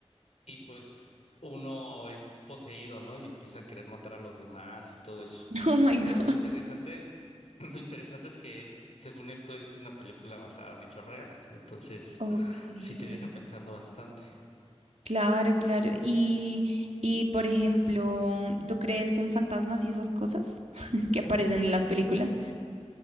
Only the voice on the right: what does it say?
<laughs> Oh my God.
Okay.
Claro, claro. Y, y por ejemplo, ¿tú crees en fantasmas y esas cosas <laughs> que aparecen en las películas?